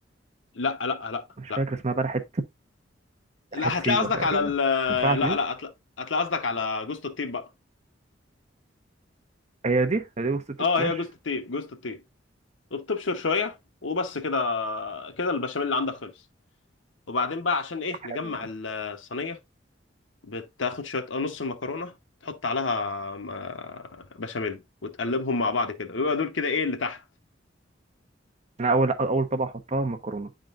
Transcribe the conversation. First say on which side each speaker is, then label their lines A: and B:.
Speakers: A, on the left; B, on the right.
A: لا لا لا
B: مش
A: لا
B: فاكر اسمها بلحة
A: لا
B: واحد
A: هتلاقي
B: سيوة
A: قصدك
B: تقريبا
A: على ال
B: ما تنفعش
A: لا
B: دي
A: لا هتلا- هتلاقي قصدك على جوزة الطيب بقى
B: هي دي هي دي وسط الطب
A: اه
B: ماشي
A: هي جوزة الطيب جوزة الطيب وبتبشر شوية وبس كده كده البشاميل اللي عندك خلص وبعدين بقى عشان ايه
B: حلو
A: نجمع الصينية بتاخد شوية آه، نص المكرونة تحط عليها م- بشاميل وتقلبهم مع بعض كده ويبقى دول كده ايه اللي تحت
B: انا اول اول طبقة احطها مكرونة